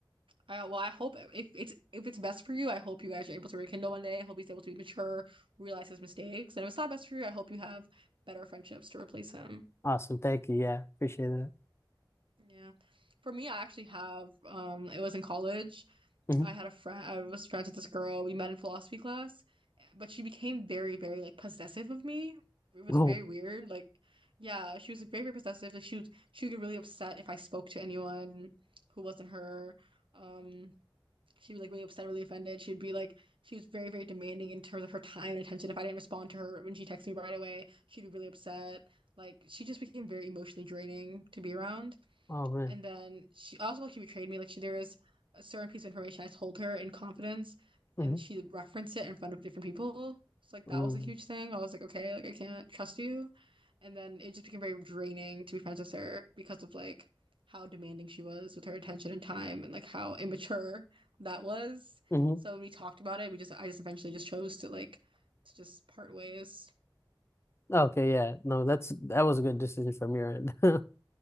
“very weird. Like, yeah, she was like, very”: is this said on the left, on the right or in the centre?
Right